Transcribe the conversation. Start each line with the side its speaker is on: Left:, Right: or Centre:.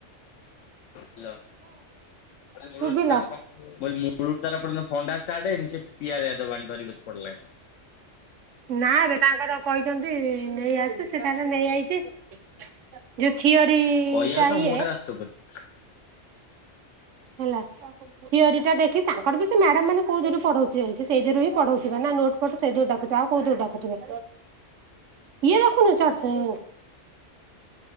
Left: ହାଲୋ ଏରା ମୂଳରୁ
Right: ଶୁଭିଲା
Left: ତାର ପ ମୁଁ କହିଲି ମୂଳରୁ ତାର ଏପଯ୍ୟନ୍ତ ଫୋଣ୍ଡାଷ୍ଟାର୍ଟ ହେଇନି ସେପିଆରଦବାଣି ବସି ପଢ଼ିଲାଣି।
Right: ନାରେ ତାଙ୍କର କହିଚନ୍ତି ନେଇ ଆସି ସେତାର ନେଇଯାଇଚି ଯୋଉ ଥିଓର
Left: କହିବାକୁ
Right: ଟାଇଏ
Left: ତ <unintelligible>
Right: ହେଲା ଥିଓରୀଟା ଦେଖି ତାଙ୍କରବି ସେମ୍ୟାଡ଼ାମ୍ ମାନେ କୋଉଦିନୁ ପଢଉ ଇକି ସେଇ ଥିରୁହିଁ ପଢଉଥିବେନା ନୋଟ୍ ଫୋଟ୍ ସେଇଥିରୁ ଡାକୁଥିବ ଆଉ କୋଉଥିରୁ ଡାକୁଥିବେ ଇଏ ଦେଖୁନୁ ଏତେ <unintelligible>